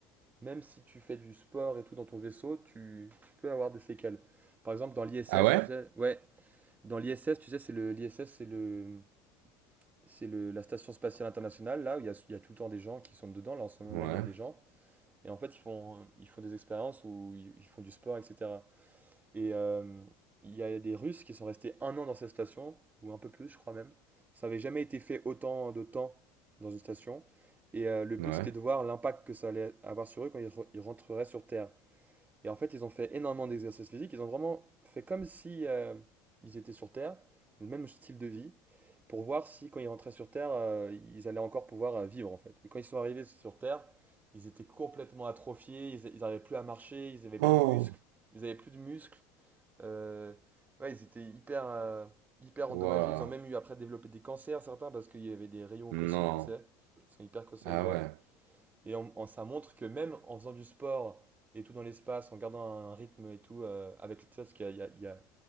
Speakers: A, on the right; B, on the right.
A: même si tu fais du sport et tout dans ton vaisseau, tu, tu peux avoir des séquelles. Par exemple, dans l'ISS,
B: Ah ouais?
A: tu sais, ouais, dans l'ISS, tu sais, c'est le, l'ISS, c'est le, c'est le, la station spatiale internationale, là où il y a, il y a tout le temps des gens qui sont dedans. Là, en ce moment
B: Ouais.
A: même, il y a des gens. Et en fait, ils font, ils font des expériences où ils, ils font du sport, etc. Et euh, il y a des Russes qui sont restés un an dans cette station, ou un peu plus, je crois même. Ça n'avait jamais été fait autant de temps dans une station. Et euh, le but,
B: Ouais.
A: c'était de voir l'impact que ça allait avoir sur eux quand ils, re- ils rentreraient sur Terre. Et en fait, ils ont fait énormément d'exercices physiques. Ils ont vraiment fait comme si euh, ils étaient sur Terre, le même style de vie, pour voir si quand ils rentraient sur Terre, euh, ils allaient encore pouvoir euh, vivre en fait. Et quand ils sont arrivés sur Terre, ils étaient complètement atrophiés. Ils, n'arrivaient plus à marcher. Ils n'avaient
B: Oh!
A: plus de muscles. Ils n'avaient plus de muscles. Euh, ouais, ils étaient hyper, euh, hyper endommagés.
B: Waouh.
A: Ils ont même eu après développé des cancers certains parce qu'il y avait des rayons cosmiques,
B: Non.
A: tu sais, qui sont hyper cancérigènes.
B: Ah ouais.
A: Et on- on- ça montre que même en faisant du sport et tout dans l'espace, en gardant un rythme et tout, euh, avec tu sais, parce qu'il y a, il y a- il y a